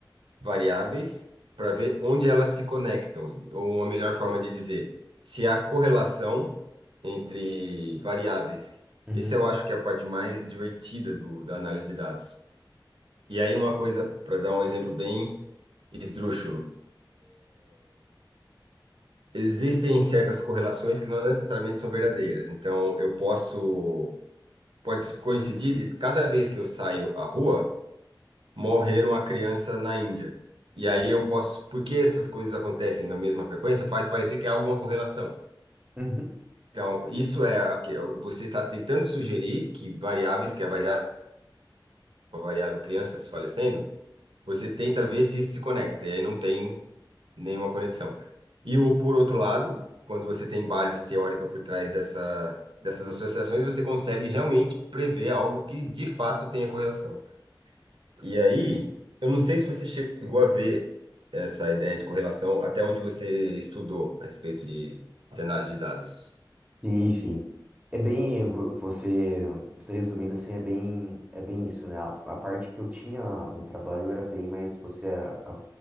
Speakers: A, on the right (about 85°); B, on the right (about 15°).
A: variáveis para ver onde elas se conectam, ou uma melhor forma de dizer, se há correlação entre variáveis.
B: Uhum,
A: Esse eu acho que é a parte mais divertida do, da análise de dados. E aí uma coisa, para dar um exemplo bem esdrúxulo, existem certas correlações que não necessariamente são verdadeiras. Então, eu posso, pode coincidir de cada vez que eu saio à rua, morreram a criança na Índia. E aí eu posso, porque essas coisas acontecem na mesma frequência, faz parecer que há alguma correlação.
B: uhum.
A: Então, isso é a que você está tentando sugerir que variáveis, que a variável, a variável crianças falecendo, você tenta ver se isso se conecta, e aí não tem nenhuma conexão. E o, por outro lado, quando você tem base teórica por trás dessa, dessas associações, você consegue realmente prever algo que de fato tenha correlação. E aí, eu não sei se você chegou a ver essa ideia de correlação até onde você estudou a respeito de, de análise de dados?
B: Sim, sim. É bem, vo- você, você resumindo assim, é bem, é bem isso, né? A, a parte que eu tinha no trabalho era bem mais você, a-